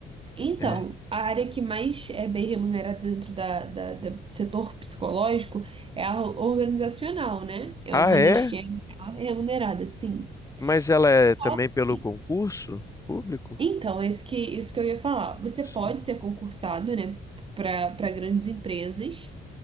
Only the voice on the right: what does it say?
Então,
a área que mais é bem remunerada dentro da, da- da- do setor psicológico é a organizacional, né? É
uma
das que é melhor remunerada, sim.
Só
que,
então, esse que, isso que eu ia falar. Você pode
ser concursado, né, para para grandes empresas.